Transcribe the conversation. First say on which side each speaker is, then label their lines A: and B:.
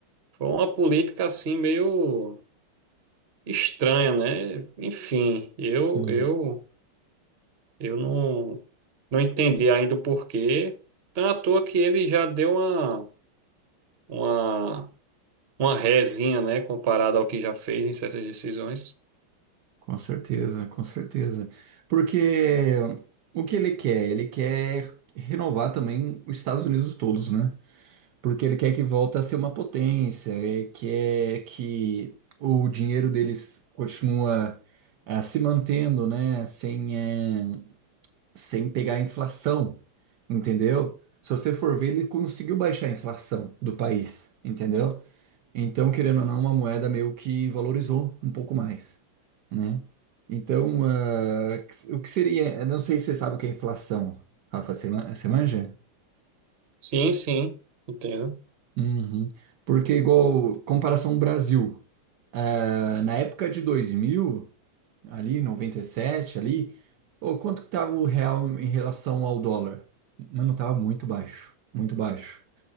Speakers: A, on the right (about 50°); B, on the right (about 65°).
A: Foi uma política assim meio estranha, né? Enfim, eu
B: sim,
A: eu eu não não entendi ainda o porquê. Então, à toa que ele já deu uma uma uma rezinha, né, comparado ao que já fez em certas decisões.
B: com certeza, com certeza. Porque o que ele quer? Ele quer renovar também os Estados Unidos todos, né? porque ele quer que volta a ser uma potência, ele quer que o dinheiro deles continua ah, se mantendo, né, sem, eh, sem pegar a inflação, entendeu? Se você for ver, ele conseguiu baixar a inflação do país, entendeu? Então, querendo ou não, é uma moeda meio que valorizou um pouco mais, né? Então, ah, o que seria? eu Não sei se você sabe o que é inflação, Rafa, você ma- você manja?
A: Sim, sim, entendo.
B: Uhum. Porque, igual, comparação Brasil, ah, na época de 2000 ali, 97 ali, ô, quanto que tava o real em relação ao dólar? Mano, tava muito baixo, muito baixo.